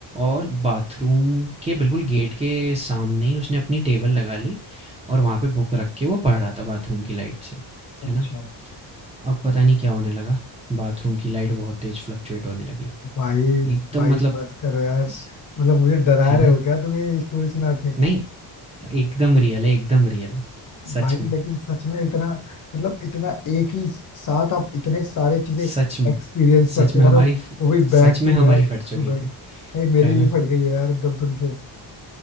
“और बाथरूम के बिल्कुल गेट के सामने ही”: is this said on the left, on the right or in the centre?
Right